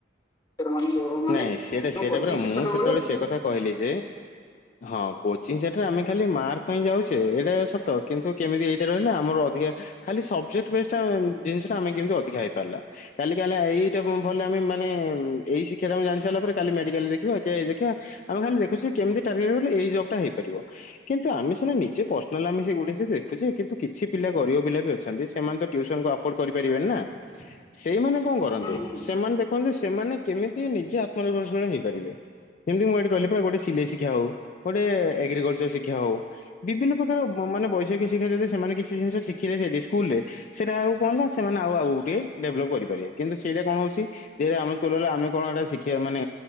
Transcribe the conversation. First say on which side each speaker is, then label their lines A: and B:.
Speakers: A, on the left; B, on the left.
A: ଟିଚର ମାନେ ପଢଉନାହାନ୍ତି
B: ନାଇଁ ସେଟା ସେଇଟା
A: କୋଚିଂ
B: ପରା
A: ସେଣ୍ଟର
B: ମୁଁ ସେତେବେଳେ
A: ଗଲେ ହୁଁ
B: ସେ କଥା କହିଲି ଯେ ହଁ କୋଚିଂ ସେ ରେ ଆମେ ଖାଲି ମାର୍କ ପାଇଁ ଯାଉଛେ ଏଇଟା ସତ କିନ୍ତୁ କେମିତି ଏଇଟା ରହିଲେ ଆମର ଅଧିକା ଖାଲି ସବଜେକ୍ଟ ବେସ ଜିନିଷ ଆମେ କେମିତି ଅଧିକା ହେଇପାରିଲା କାଲି କା ଏଇଟା ଭଲେ ଆମେ ମାନେ ଏଇ ଜାଣି ସାରିଲା ପରେ କାଲି ମେଡ଼ିକାଲ ଯା ଦେଖିବା ଦେଖିବା ଆମେ ଖାଲି ଦେଖୁଛେ କେମତି ଟାର୍ଗେଟ କଲେ ଏଇ ଜବଟା ହେଇପାରିବ। କିନ୍ତୁ ଆମେ ସିନା ନିଜେ ପର୍ସନାଲ ଆମେ ସେ ଗୁଟେ ଦେଖୁଛେ କିନ୍ତୁ କିଛି ପିଲା ଗରିବ ପିଲା ବି ଅଛନ୍ତି ସେମାନେ ତ ଟ୍ୟୁସନକୁ ଆଫୋର୍ଡ କରିପାରିବେନି ନା।
A: ହୁଁ।
B: ସେଇମାନେ କଣ କରନ୍ତି
A: ହୁଁ
B: ସେମାନେ ଦେଖନ୍ତି ସେମାନେ କେମିତି ନିଜେ ଆତ୍ମନିର୍ଭରଶୀଳ ହେଇପାରିବେ। ଯେମିତି ମୁଁ ଏଇଠି କହିଲି ପା ଗୋଟେ ସିଲେଇ ଶିକ୍ଷା ହଉ ଗୋଟେ ଏଗ୍ରିକଲଚର ଶିକ୍ଷା ହଉ। ବିଭିନ୍ନ ପ୍ରକାର ମାନେ ବୈଷୟିକ ଶିକ୍ଷା ଯଦି ସେମାନେ କିଛି ଜିନିଷ ଶିଖିଲେ ସେଇଠି ସ୍କୁଲ ରେ। ସେଇଟା ଆଉ କଣ ନା ସେମାନେ ଆଉ ଆଉ ଗୋଟିଏ ଡେଭଲପ କରିପାରିବେ କିନ୍ତୁ ସେଇଟା କଣ ହଉଛି ଆମ ସ୍କୁଲରେ ଆମେ କଣ ଏଇଟା ଶିଖିବା ମାନେ